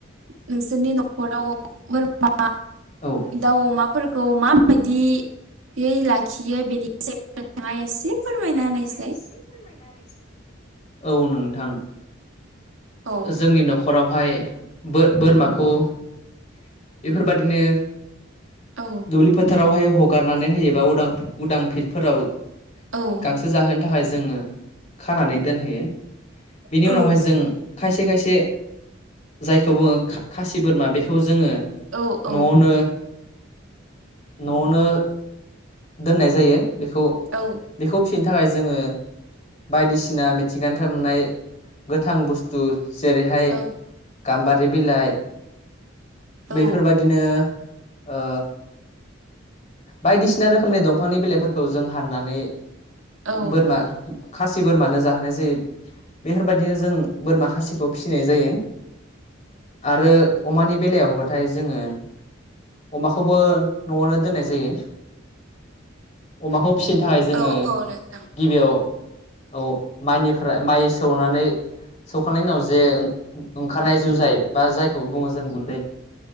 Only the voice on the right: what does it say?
नोंसोरनि न'खराव बोरमा
दाउ अमाफोरखौ माबायदि यै लाखियो बेनि
नोंथाङा एसे
फोरमायना
होनायसाय
औ
औ
औ
औ
औ औ
औ
औ
औ
औ
औ औ नोंथां